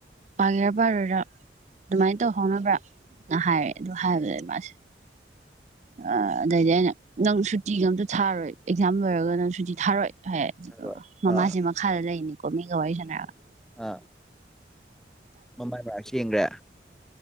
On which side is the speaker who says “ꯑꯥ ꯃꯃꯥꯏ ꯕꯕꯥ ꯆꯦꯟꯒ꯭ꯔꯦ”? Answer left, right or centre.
Centre